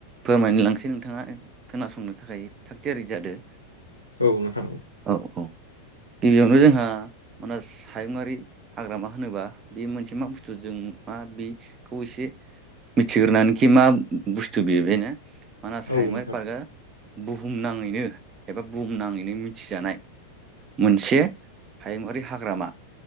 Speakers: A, on the right; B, on the left.
A: फोरमायनो लांसै नोंथाङा खोनासंनो थाखाय थागथियारि जादों
B: औ नोंथां
A: औ -औ गिबियावनो जोंहा मानास हायुङारि हाग्रामा होनोबा बे मोनसे मा बुस्थु जों मा बेखौ एसे मिथिग्रानैखि मा बुस्थु बेयो मानास
B: औ
A: हायङायारि
B: नोंथां
A: पार्कआ बुहुम नाङैनो एबा बुहुम नाङैनो मि- थिजानाय मोनसे हायुंआरि हाग्रामा